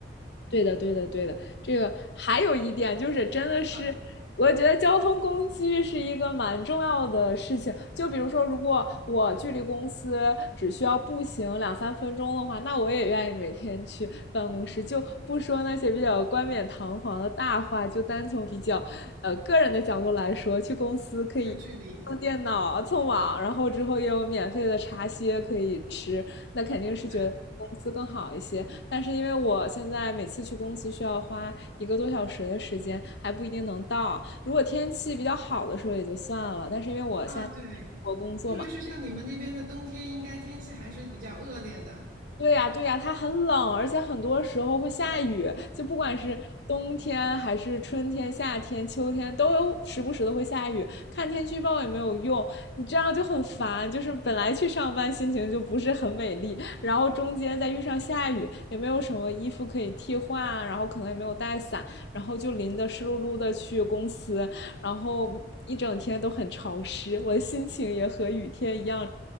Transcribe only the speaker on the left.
对的，对的，对的。这个还有一点就是，真的是，
我觉得交通工具是一个蛮重要的事情。就比如说，如果我距离公司只需要步行两三分钟的话，那我也愿意每天去办公室。就不说那些比较冠冕堂皇的大话，就单从比较呃个人的角度来说，去公司可以。
用电脑、蹭网，然后之后也有免费的茶歇可以吃，那肯定是觉得公司更好一些。
但是因为我现在每次去公司需要花一个多小时的时间，还不一定能到。如果天气比较好的时候也就算了，但是因为我现在
我工作嘛，
对呀，对呀，它很冷，而且很多时候会下雨，就不管是冬天还是春天、夏天、秋天，都有时不时的会下雨。看天气预报也没有用，你这样就很烦。就是本来去上班心情就不是很美丽，然后中间再遇上下雨，也没有什么衣服可以替换，然后可能也没有带伞，然后就淋得湿漉漉的去公司，然后一整天都很潮湿，我的心情也和雨天一样